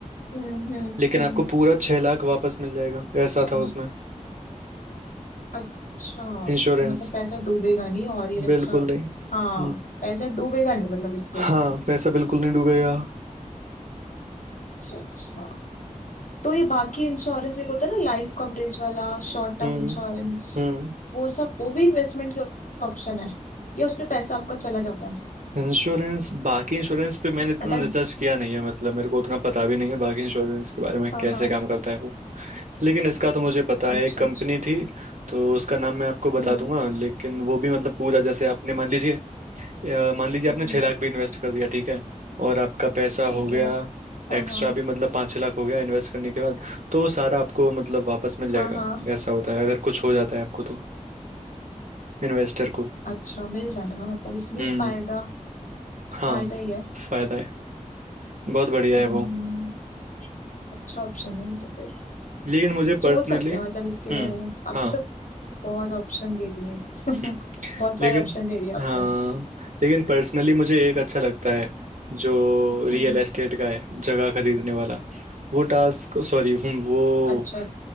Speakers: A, on the left; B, on the right.
A: हम्म हम्म
B: लेकिन आपको
A: हम्म
B: पूरा छह लाख वापस मिल जाएगा ऐसा
A: वही।
B: था उसमें
A: अच्छा
B: इंश्योरेंस
A: तो मतलब पैसा डूबेगा नहीं और ये
B: बिल्कुल
A: अच्छा
B: नहीं
A: हाँ
B: हम्म।
A: पैसा डूबेगा नहीं मतलब इसके अंदर
B: हाँ पैसा बिल्कुल नहीं डूबेगा
A: अच्छा अच्छा तो ये बाकी इंश्योरेंस एक होता है ना लाइफ कवरेज वाला शॉर्ट टर्म
B: हम्म
A: इंश्योरेंस
B: हम्म
A: वो सब वो भी इन्वेस्टमेंट के ऑप्शन है या उसमें पैसा आपका चला जाता है
B: इंश्योरेंस बाकी इंश्योरेंस पे मैंने इतना
A: पता
B: रिसर्च किया नहीं है मतलब मेरे को उतना पता भी नहीं है बाकी इंश्योरेंस के बारे में
A: हाँ
B: कैसे
A: हाँ
B: काम करता है वो लेकिन इसका तो मुझे पता है
A: अच्छा
B: एक कंपनी
A: अच्छा
B: थी तो उसका नाम मैं आपको बता
A: हम्म
B: दूंगा लेकिन वो भी मतलब पूरा जैसे आपने मान लीजिए अ, मान लीजिए
A: हम्म
B: आपने छह
A: हम्म,
B: लाख भी इन्वेस्ट कर दिया ठीक है और आपका पैसा
A: ठीक
B: हो गया
A: है हाँ
B: एक्स्ट्रा
A: हाँ
B: भी मतलब पाँच छह लाख हो गया इन्वेस्ट करने के बाद तो वो सारा आपको मतलब वापस मिल जाएगा
A: हाँ हाँ
B: ऐसा होता है अगर कुछ हो जाता है आपको तो इन्वेस्टर को
A: अच्छा मिल जाएगा मतलब इसमें
B: हम्म।
A: भी फायदा
B: हाँ
A: फायदा ही है
B: फायदा है बहुत बढ़िया है
A: हम्म,
B: वो
A: अच्छा ऑप्शन है ये तो फिर
B: लेकिन मुझे
A: सोच
B: पर्सनली
A: सकते
B: हम्म
A: हैं मतलब इसके बारे में आपने
B: हाँ
A: तो बहुत ऑप्शन दे दिए <laughs>
B: हम्म,
A: बहुत सारे
B: लेकिन
A: ऑप्शन दे दिए आपने
B: हाँ लेकिन पर्सनली मुझे एक अच्छा लगता है जो रियल
A: हम्म
B: एस्टेट का है जगह खरीदने वाला वो टास्क सॉरी वो
A: अच्छा अच्छा